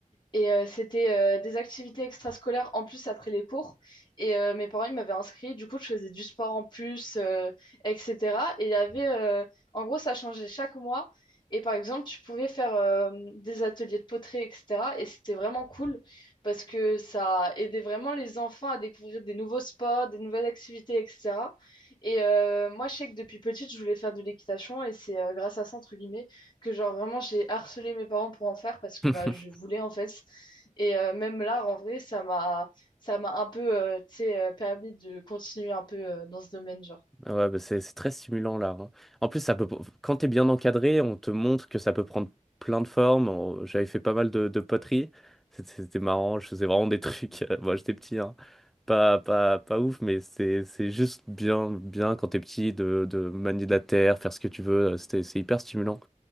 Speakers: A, on the left; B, in the centre.
A: et euh, c'était euh, des activités extrascolaires en plus après les cours. Et euh, mes parents, ils m'avaient inscrit. Du coup, je faisais du sport en plus, euh, etc. Et il y avait, euh, en gros, ça changeait chaque mois. Et par exemple, tu pouvais faire euh, des ateliers de poterie, etc. Et c'était vraiment cool parce que ça aidait vraiment les enfants à découvrir des nouveaux sports, des nouvelles activités, etc. Et euh, moi, je sais que depuis petite, je voulais faire de l'équitation et c'est euh, grâce à ça, entre guillemets que genre vraiment j'ai harcelé mes parents pour en faire parce que
B: <laughs>
A: bah je voulais en fait et euh, même là en vrai ça m'a ça m'a un peu euh, tu sais, euh, permis de continuer un peu euh, dans ce domaine genre
B: Ah Ouais, bah, c'est c'est très stimulant l'art. hein. En plus, ça peut, quand t'es bien encadré, on te montre que ça peut prendre plein de formes. On- J'avais fait pas mal de, de poterie. C'était c'était marrant, je faisais vraiment des trucs. <laughs> Moi, j'étais petit, hein. Pas, pas, pas ouf, mais c'est c'est juste bien, bien quand t'es petit de, de manier la terre, faire ce que tu veux. euh, C'était, c'est hyper stimulant.